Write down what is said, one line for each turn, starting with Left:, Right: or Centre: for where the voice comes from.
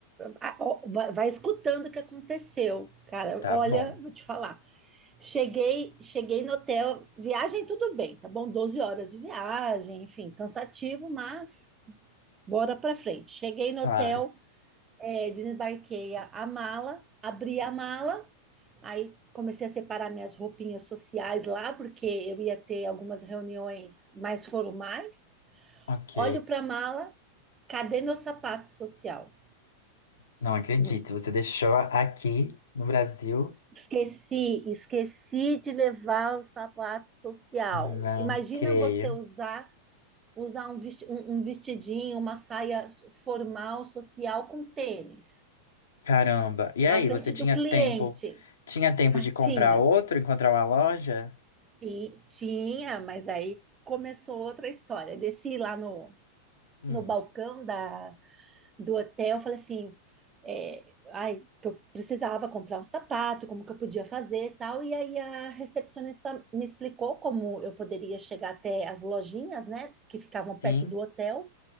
Right: a- ó, va- vai escutando o que aconteceu, cara.
Left: Tá
Right: Olha,
Left: bom,
Right: vou te falar. Cheguei, cheguei no hotel, viagem tudo bem, tá bom? 12 horas de viagem, enfim, cansativo, mas bora pra frente. Cheguei no
Left: claro.
Right: hotel, eh, desembarquei a a mala, abri a mala. Aí comecei a separar minhas roupinhas sociais lá, porque eu ia ter algumas reuniões mais formais.
Left: Ok.
Right: Olho para a mala, cadê meu sapato social?
Left: Não acredito,
Right: Hum,
Left: você deixou aqui no Brasil?
Right: Esqueci, esqueci de levar o sapato social.
Left: Não
Right: Imagina
Left: creio.
Right: você usar usar um vesti- um- um vestidinho, uma saia formal social com tênis
Left: Caramba. E
Right: na
Left: aí,
Right: frente
Left: você tinha
Right: do cliente.
Left: tempo? Tinha tempo
Right: Ah,
Left: de comprar
Right: tinha,
Left: outro, encontrar uma loja?
Right: E tinha, mas aí começou outra história. Desci lá no
Left: Hum,
Right: no balcão da, do hotel, eu falei assim, é, ai, que eu precisava comprar um sapato, como que eu podia fazer e tal. E aí a recepcionista me explicou como eu poderia chegar até as lojinhas, né, que ficavam perto
Left: sim.
Right: do hotel.